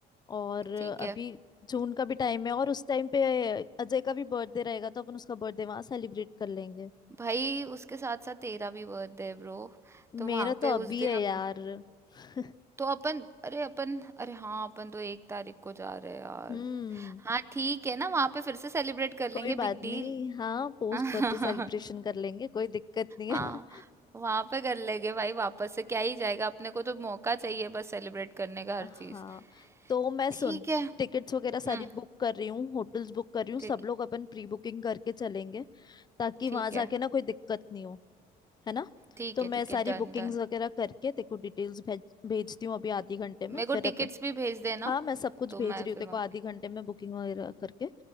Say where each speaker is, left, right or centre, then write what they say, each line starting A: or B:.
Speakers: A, on the left; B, on the right.
A: और अभी
B: ठीक है
A: जून का भी टाइम है और उस टाइम पे अजय का भी बर्थडे रहेगा तो अपन उसका बर्थडे वहां सेलिब्रेट कर लेंगे
B: भाई उसके साथ साथ तेरा भी बर्थडे है ब्रो तो
A: मेरा
B: वहाँ पे
A: तो
B: उस
A: अभी
B: दिन
A: है
B: अप,
A: यार <laughs>
B: तो अपन अरे अपन अरे हाँ अपन तो एक तारीख को जा रहे हैं यार
A: हम्म
B: हाँ ठीक है ना वहाँ पे फिर से सेलिब्रेट कर लेंगे
A: कोई बात
B: बिग डील
A: नहीं हाँ पोस्ट
B: <laughs>
A: बर्थडे सेलिब्रेशन कर लेंगे कोई दिक्कत नहीं
B: हाँ
A: है
B: वहां पे कर लेंगे भाई वापस से क्या ही जाएगा अपने को तो मौका चाहिए बस सेलिब्रेट करने
A: <laughs>
B: का हर
A: हाँ
B: चीज
A: तो मैं सुन
B: ठीक है
A: टिकट्स वगैरह सारी
B: हम्म
A: बुक कर रही हूँ होटल्स बुक कर रही हूँ
B: ठीक
A: सब
B: है
A: लोग अपन प्री बुकिंग करके चलेंगे ताकि
B: ठीक
A: वहां जाके
B: है
A: ना कोई दिक्कत नहीं हो है ना
B: ठीक
A: तो
B: है
A: मैं
B: ठीक
A: सारी
B: है डन
A: बुकिंग्स
B: डन
A: वगैरह करके तेरे को डिटेल्स भेज भेजती हूँ अभी आधे घंटे में
B: मेरे को
A: फिर
B: टिकट्स
A: अपन
B: भी भेज देना
A: हाँ मैं सब कुछ
B: तो
A: भेज
B: मैं
A: रही हूँ
B: फिर
A: तेरे
B: मम-
A: को आधे घंटे में बुकिंग वगैरह करके